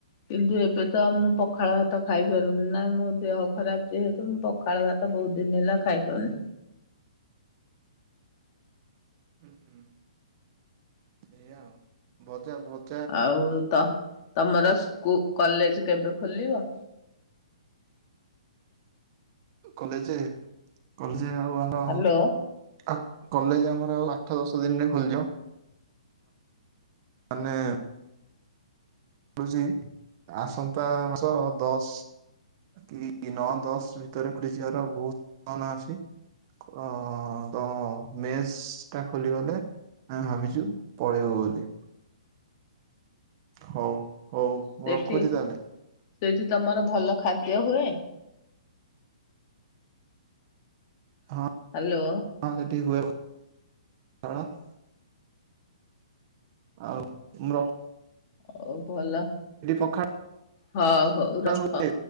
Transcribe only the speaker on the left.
କିନ୍ତୁ ଏବେ ତ ମୁଁ ପଖାଳ ଭାତ ଖାଇପାରୁନି ନା ମୋ ଦେହ ଖରାପ ଯେହେତୁ ମୁଁ ପ ଖାଳ ଭାତ ବହୁତ ଦିନ ହେଲା ଖାଇପାରୁନି।
ଆଉ-ଉ-ଉ ତ ତମର ସ୍କୁ କଲେଜ କେବେ ଖୋଲିବ?
ହ୍ୟାଲୋ
ସେଇଠି
ସେଇଠି
ତମର ଭଲ ଖାଦ୍ୟ ହୁଏ?
ହ୍ୟାଲୋ।
ହଉ ଭଲ,
ହଁ ହଉ ରଖ।